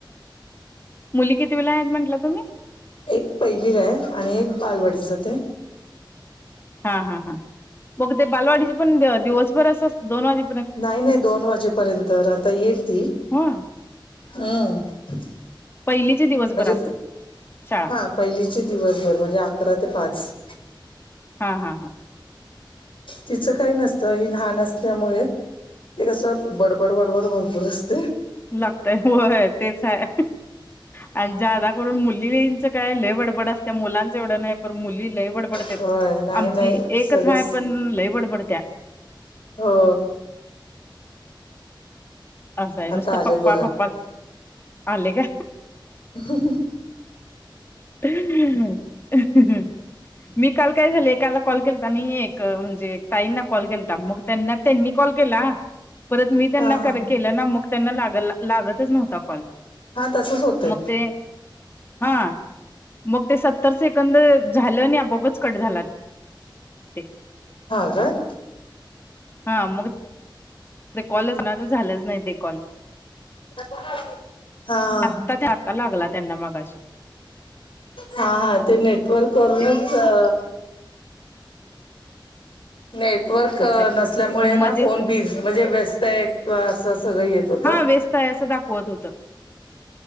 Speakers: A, on the left; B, on the left.
A: मुली किती वेला आहेत म्हटला तुम्ही?
B: एक पहिलीला आहे आणि एक बालवडीत जाते.
A: हा हा हां मग ते बालवाडीचे पण दिवसभर अस दोन वाजे
B: नाही नाही दोन वाजेपर्यंत आता येईल ती
A: ह.
B: हम्म
A: पहिलीचे दिवसभर
B: म्हणजे
A: असत शाळा.
B: हा. पहिलीचे दिवसभर म्हणजे अकरा ते पाच
A: हा हा हा.
B: तिचं काही नसतं हे लहान असल्यामुळे एक कसं बडबड बडबड भरपूर असते.
A: लागतय हो तेच आहे. आणि जादा करून मुलींच काय लयबडबड असत मुलांच एवढं नाही पण मुली लय. डबडत
B: होय नाही
A: आमची
B: नाही
A: एकच
B: सगळंच
A: हा पण लईबडबडत्या.
B: हो.
A: असं आहे नुसतं
B: आता आलेत
A: पप्पा
B: बघा.
A: पप्पाच आले का?
B: ह.
A: ह. मी काल काय झालं एकाला कॉल केलता आणि एक म्हणजे ताईंना कॉल केलता मग त्यांना त्यांनी कॉल केला. परत मी त्यांना
B: हा हा.
A: कर केलं ना मग त्यांना लाग लागतच नव्हता कॉल.
B: हा तसच होतय
A: मग ते हा. मग ते सत्तर सेकंद झालं आणि आपआपच कट झाला ते
B: ह.
A: हा मग ते कॉलच नाहीझ झालंच नाही ते कॉल.
B: आ. हा हा.
A: त्या आता लागला त्यांना मगाशी
B: हा हा ते नेटवर्क वूनच
A: ते
B: नेटवर्क
A: तसे
B: नसल्यामुळे
A: मध्येच
B: ना फोन बी म्हणजे व्यस्त आहे किंवा असं सगळं येत होत.
A: हा व्यस्त असं दाखवत होतं.